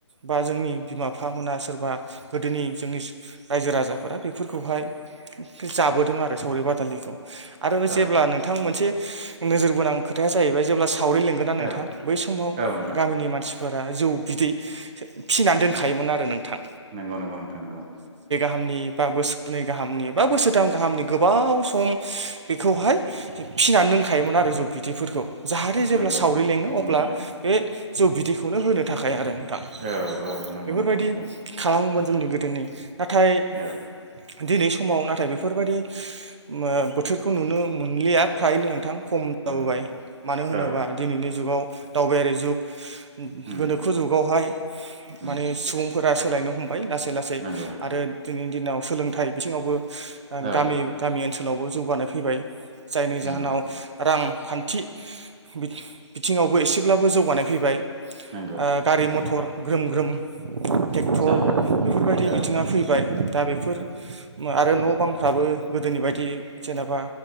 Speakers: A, on the right; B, on the right.
A: बा जोंनि बिमा बिफा मोना सोरबा गोदोनि जोंनि रायजो राजाफोरा बेफोरखौहाय जाबोदों आरो सावरि बादालिखौ आरो
B: औ
A: जेब्ला नोंथां मोनसे नोजोर बोनां खोथाया जाहैबाय जेब्ला सावरि लेंगोन ना नोंथां
B: औ
A: बै समाव
B: औ नोंथां
A: गामिनि मानसि फोरा जौ बिदै फिनानै दोनखायोमोन आरो नोंथां।
B: नोंगौ नोंगौ नोंथां नोंगौ।
A: हामनि बा बोसोरनै गाहामनि बा बोसोरथाम गाहामनि गोबाव सम बेखौहाय फिनानै दोनखायोमोन आरो जौ बिदैफोरखौ। जाहाथे जेब्ला
B: नंगौ
A: सावरि लेङो
B: नंगौ
A: अब्ला
B: नोंथां
A: बे जौ बिदैखौनो होनो थाखाय आरो। थां
B: औ औ नंगौ
A: बेफोरबायदि
B: नोंथां नंगौ
A: खालामोमोन जोंनि गोदोनि नाथाय
B: औ
A: दिनै समाव नाथाय बेफोरबायदि ओ बोथोरखौ नुनो मोनलिया फ्रायनो नोंथां। खम जाबोबाय
B: नंगौ
A: मानो होनोबा
B: औ
A: दिनैनि जुगाव दावबायारि जुग
B: उम
A: गोनोखो जुगावहाय
B: उम
A: माने सुबुंफोरा सोलायनो हम लासै लासै
B: नंगौ
A: आरो दिनैनि दिनाव सोलोंथाइ बिथिङावबो
B: औ
A: गामि गामि ओनसोल ओनसोलावबो जौगानाय फैबाय जायनि जाहोनाव
B: नंगौ
A: रां खान्थि बिथिंआवबो एसेब्लाबो जौगानाय फैबाय।
B: नंगौ
A: आ गारि मथर ग्रोम ग्रोम ट्रेक्टर
B: जाबाय
A: बेफोरबायदि
B: औ
A: बिथिङा फैबाय दा बेफोर मा आरो न बांफ्राबो गोदोनि बायदि जेनेबा